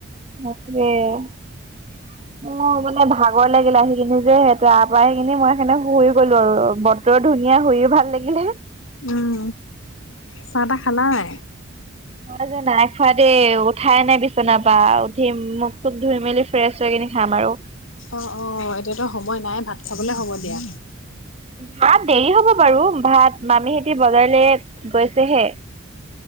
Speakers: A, on the right; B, on the left.
A: বাপৰে। অহ, মানে ভাগৰ লাগিলে আহিখিনি যে তাৰ পৰা আহি কিনি মই সেই কাৰণে শুই গ'লো আৰু। ধুনীয়া শুইও ভাল লাগিলে।
B: উম, চাহ-তাহ খালানে নাই?
A: মই যে নাই খোৱা দেই উঠাই নাই বিচনাৰ পৰা, উঠিম মুখ-চুখ ধুই মেলি ফ্ৰেছ হৈ কিনে খাম আৰু।
B: অহ', অহ'। এতিয়াতো সময় নাই ভাত খাবলে হ'ব দিয়া।
A: ভাত দেৰি হ'ব বাৰু। ভাত, মামীহঁতে বজাৰলে গৈছেহে।